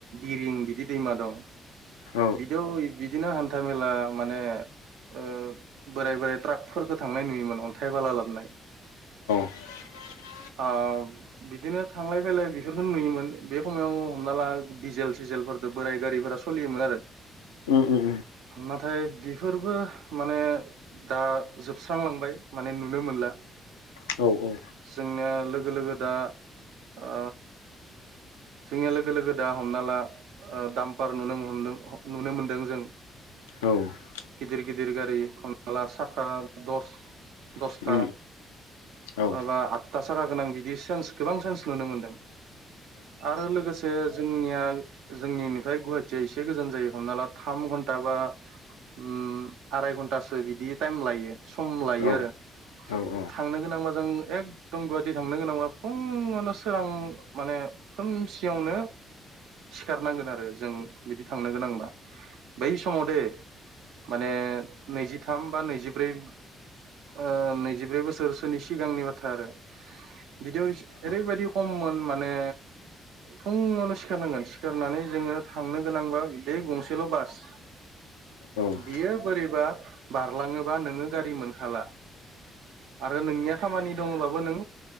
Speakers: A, on the right; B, on the left.
A: दिरिं बिदि दैमा दं।
B: औ
A: <unintelligible> बिदिनो हान्था मेला माने ओ बोराय बोराय ट्राकफोरखौ थांनाय नुयोमोन अन्थाइ बाला लाबनाय
B: <inaudible>
A: औ बिदिनो थांलाय फैलाय बेफोरखौ नुयोमोन बे खमायाव हमना ला दिजेल सिजेलफोर बोराय गारिफोरा सोलियोमोन आरो
B: <inaudible> उम
A: नाथाय बेफोरबो माने दा जोब- सुस्रांलांबाय माने नुनो मोनला।
B: औ औ
A: जोंनिया लोगो लोगो दा ओ जोंनिया लोगो लोगो दा हमना ला ओ दाम्पार नुनो हमदों नुनो मोनदों जों।
B: औ
A: गिदिर गिदिर गारि हमना ला साखा दस-दसथा
B: औ उम औ
A: माबा
B: औ
A: आदथा साखा गोनां बिदि सेन्स गोबां सेन्स नुनो मोन्दों। आरो लोगोसे जोंनिया जोंनिनिफ्राय गुवाहाटिया एसे गोजान जायो। हमना ला थाम घन्टा बा उम आराय घन्टासो बिदि टाइम लायो सम लायो
B: अ औ
A: आरो।
B: औ औ
A: थांनो गोनांबा जों एकदम गुवाहाटि थांनो गोनांबा फुङावनो सोरां माने खोमसियावनो सिखारनांगोन आरो जों बिदि थांनो गोनांबा। बै समाव दे माने नैजिथाम बा नैजिब्रै ओ नैजिब्रै बोसोरसोनि सिगांनि बाथ्रा आरो। बिदियाव इसे एरैबायदि
B: औ
A: खममोन माने फुङावनो सिखारनांगोन सिखारनानै जोङो थांनो गोनांबा बे गंसेल' बास
B: औ
A: बियो बोरैबा बारलाङोबा नोङो गारि मोनखाला। आरो नोंनिया खामानि दंबाबो नों